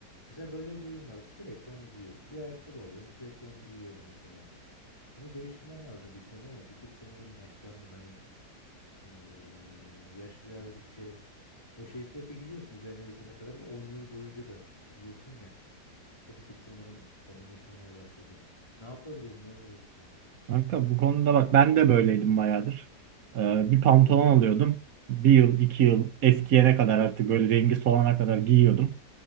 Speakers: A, on the left; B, on the right.
A: Mesela böyle bir uyum var sürekli onu giyiyorum. Bir ayakkabı alıyorum sürekli onu giyiyorum mesela. Bunu değiştirmem lazım diye düşünüyorum ama bir tık sanırım yaşlandım hani eee yaş ilerledikçe o şeyi sürekli giyiyorsun üzerine yapana kadar ve 10 yıl boyunca da giyiyorsun ya. O bir tık sanırım kanımı işlemeye başladı. Ne yapabilirim? Ne öneriyorsun bunun için?
B: Kanka bu konuda bak ben de böyleydim bayağıdır. Ee, bir pantolon alıyordum. Bir yıl, iki yıl eskiyene kadar artık böyle rengi solana kadar giyiyordum.